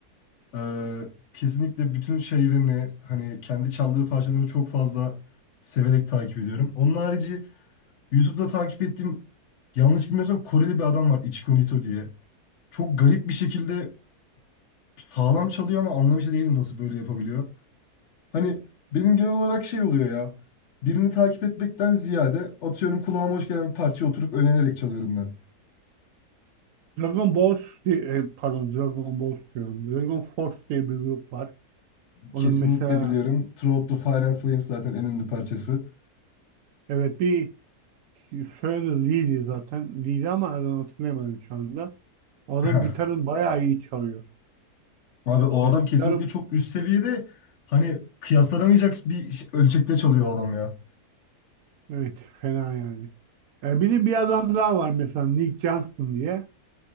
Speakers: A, on the left; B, on the right.
A: E, kesinlikle bütün şeylerini hani kendi çaldığı parçalarını çok fazla severek takip ediyorum. Onun harici YouTube'da takip ettiğim yanlış bilmiyorsam Koreli bir adam var Ichiko Nito diye. Çok garip bir şekilde sağlam çalıyor ama anlamış değilim nasıl böyle yapabiliyor. Hani benim genel olarak şey oluyor ya. Birini takip etmekten ziyade atıyorum kulağıma hoş gelen bir parçaya oturup öğrenerek çalıyorum ben.
B: Dragon Ball, di- e, pardon Dragon Balls diyorum. Dragon Force diye bir grup var. Onun
A: Kesinlikle
B: mesela
A: biliyorum. Throughout the Fire and Flames zaten en ünlü parçası.
B: evet bir soyadı Lee'di zaten. Lee'di ama adını hatırlayamadım şu anda. O adam
A: Heh.
B: gitarın bayağı iyi çalıyor.
A: Abi o
B: Evet
A: adam kesinlikle
B: gitarı
A: çok üst seviyede hani kıyaslanamayacak bir ş- ölçekte çalıyor o adam ya.
B: evet fena yani. E, bir de bir adam daha var mesela Nick Johnson diye.